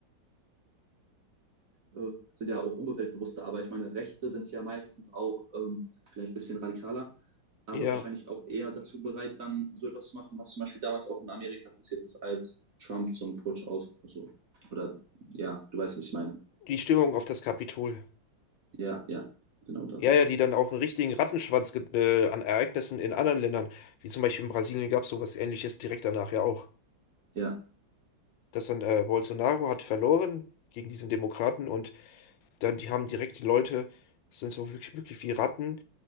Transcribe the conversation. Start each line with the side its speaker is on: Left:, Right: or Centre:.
Right: äh, sind ja auch umweltbewusster, aber ich meine, Rechte sind ja meistens auch ähm, vielleicht ein bisschen radikaler. aber
Left: Ja,
Right: wahrscheinlich auch eher dazu bereit, dann so etwas zu machen, was zum Beispiel damals auch in Amerika passiert ist, als Trump zum Putsch aus, also, oder ja, du weißt, was ich meine.
Left: die Stimmung auf das Kapitol.
Right: Ja, ja, genau das.
Left: Ja, ja, die dann auch einen richtigen Rattenschwanz ge- äh, an Ereignissen in anderen Ländern, wie zum Beispiel in Brasilien gab es sowas Ähnliches direkt danach ja auch.
Right: Ja,
Left: Dass dann äh, Bolsonaro hat verloren gegen diesen Demokraten und dann die haben direkt die Leute, sind so wirklich, wirklich wie Ratten